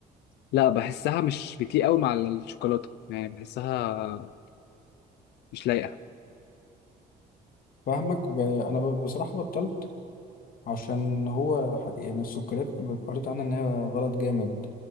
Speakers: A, on the left; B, on the left.
A: لا بحسها مش بتليق قوي مع الشوكولاته يعني بحسها مش لايقه
B: فاهمك ب... أنا ب... بصراحة بطلت عشان هو ح- يعني السكريات ب- قريت عنها إن هي غلط جامد